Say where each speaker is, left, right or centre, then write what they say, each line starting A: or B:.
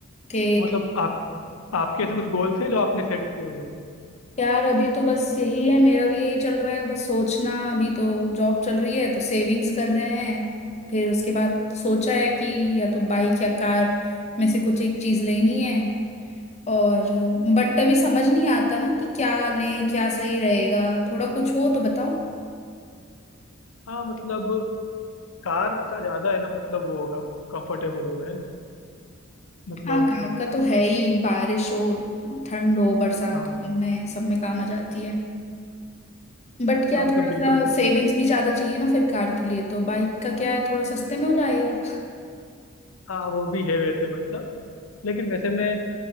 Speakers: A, on the left (about 30°); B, on the left (about 75°).
A: के
B: तो मतलब आप आपके ऐसे कुछ गोल्स हैं जो आपने सेट किए हुए हैं
A: यार अभी तो बस यही है मेरा भी यही चल रहा है बस सोचना अभी तो जॉब चल रही है तो सेविंग्स कर रहे हैं फिर उसके बाद सोचा है कि या तो बाइक या कार में से कुछ एक चीज लेनी है और बट अभी समझ नहीं आता ना कि क्या लें क्या सही रहेगा थोड़ा कुछ हो तो बताओ
B: हाँ मतलब कार का ज्यादा है ना मतलब वो होगा कंफर्टेबल होगा है ना मतलब
A: हाँ कार का तो है ही बारिश हो ठंड हो बरसात
B: हाँ
A: हो, इनमें सब में काम आ जाती है बट क्या
B: हाँ
A: थोड़ा
B: मतलब बिल्कुल
A: सा सेविंग्स भी ज्यादा चाहिए ना फिर कार के लिए तो बाइक का क्या है थोड़ा सस्ते में हो जाएगा
B: हाँ वो भी है वैसे मतलब लेकिन वैसे मैं